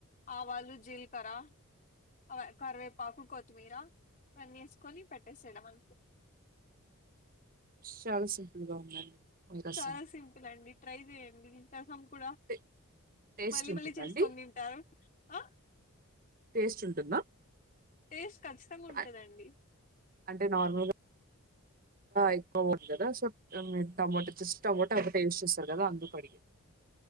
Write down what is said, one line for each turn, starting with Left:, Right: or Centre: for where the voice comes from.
Left: ఆవాళ్ళు జీల్కరా అ కరివేపాకు కొత్తిమీర ఇవన్ని వేసుకొని పెట్టేసేయడం అ
Right: చాలా సింపుల్గా ఉందండి మీ రసం
Left: చాలా సింపుల్ అండి ట్రై చేయండి ఇ రసం కూడా
Right: టే- టేస్ట్
Left: మళ్ళీ
Right: ఉంటుందండి
Left: మళ్ళీ చేసుకొని తింటారు ఆ
Right: టేస్ట్ ఉంటుందా
Left: టేస్ట్ ఖచ్చితంగా ఉంటందండి
Right: అ- అంటే నార్మల్గా ఎక్కువ మంది కదా సో మీ టమాటో జస్ట్ టమాటో ఒకటే యూజ్ చేస్తారు కదా అందుకు అడిగాను